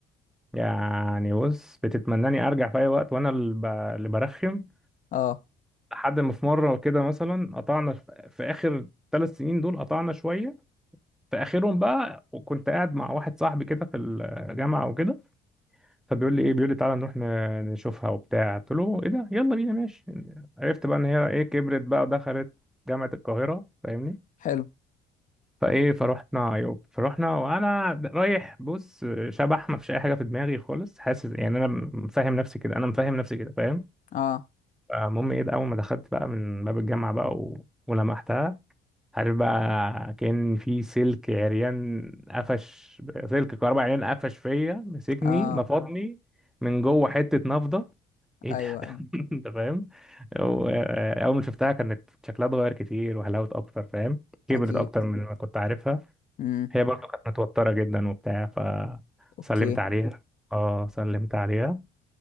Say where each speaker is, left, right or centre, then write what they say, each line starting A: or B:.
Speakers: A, in the centre; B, on the left.
A: يعني بص بتتمناني ارجع في اي وقت وانا اللي ب- اللي برخم
B: اه
A: لحد ما في مره كده مثلا قطعنا في في اخر ثلاث سنين دول قطعنا شويه في اخرهم بقى وكنت قاعد مع واحد صاحبي كده في الجامعه وكده فبيقول لي ايه بيقول لي تعالى نروح ن- نشوفها وبتاع قلت له ايه ده يلا بينا ماشي عرفت بقى ان هي ايه كبرت بقى ودخلت جامعه القاهره فاهمني
B: حلو
A: فايه فروحنا عيوب فروحنا وانا رايح بص شبح ما فيش اي حاجه في دماغي خالص حاسس يعني انا مفهم نفسي كده انا مفهم نفسي كده فاهم
B: اه
A: المهم ايه ده، اول ما دخلت بقى من باب الجامعه بقى و... ولمحتها عارف بقى كان في سلك عريان قفش سلك كهرباء عريان قفش فيا مسكني
B: اه
A: نفضني من جوه حته نفضه ايه
B: ايوه
A: ده
B: ايوه
A: <laughs> انت فاهم و- اول ما شفتها كانت شكلها اتغير كتير وحلاوه اكتر فاهم كبرت
B: اكيد
A: اكتر من ما كنت عارفها
B: امم
A: هي برضو كانت متوترة جدا وبتاع
B: اوكي
A: فسلمت عليها اه سلمت عليها